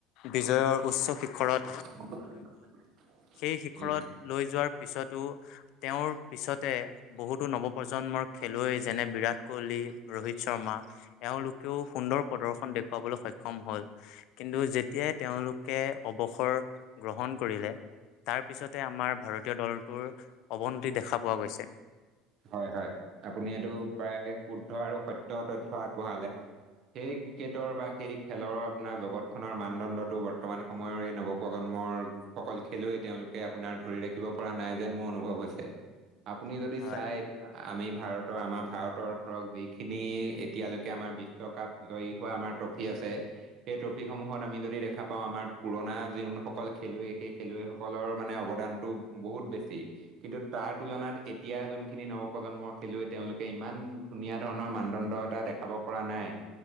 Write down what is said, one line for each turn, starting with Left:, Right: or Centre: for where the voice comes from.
Left: বিজয়ৰ। উচ্চ শিক্ষণৰ।
Right: <inaudible>
Left: সেই শিখৰত
Right: উম,
Left: লৈ যোৱাৰ পিছতো তেওঁৰ পিছতে। বহুতো নৱপ্ৰজন্মৰ খেলুৱৈ যেনে বিৰাট কোহলি ৰোহিত শৰ্মা। এওঁলোকেও সুন্দৰ প্ৰদৰ্শন দেখুৱাবলৈ সক্ষম হ'ল। কিন্তু যেতিয়াই তেওঁলোকে অৱসৰ গ্ৰহণ কৰিলে। তাৰ পিছতে আমাৰ ভাৰতীয় দলটোৰ অৱনতি দেখা পোৱা গৈছে।
Right: হয়-হয় আপুনি এইটো প্ৰায় শুদ্ধ আৰু সত্য তথ্য আগবঢ়ালে। সেই ক্ৰিকেটৰ বা সেই খেলৰ আপোনাৰ জগত খনৰ মানদণ্ডটো বৰ্তমান। সময়ৰ এই নৱপ্ৰজন্মৰ যোন সকল খেলুৱৈ তেওঁলোকে আপোনাৰ ধৰি ৰাখিব পৰা নাই যেন মোৰ অনুভৱ হৈছে। আপুনি যদি
Left: হয়।
Right: চাই। আমি ভাৰতৰ আমাৰ ভাৰতৰ ধৰক যিখিনি এতিয়ালৈকে আমাৰ বিশ্বকাপ জয়ী হোৱা আমাৰ ট্ৰফি আছে সেই ট্ৰফিসমূহত আমি যদি দেখা পাওঁ আমাৰ পুৰণা যোনসকল খেলুৱৈ সেই খেলুৱৈ সকলৰ মানে অৱদানতটো বহুত বেছি কিন্তু তাৰ তুলনাত এতিয়া যোনখিনি নৱপ্ৰজন্মৰ খেলুৱৈ তেওঁলোকে ইমান ধুনীয়া ধৰণৰ মানদণ্ড এটা দেখাব পৰা নাই।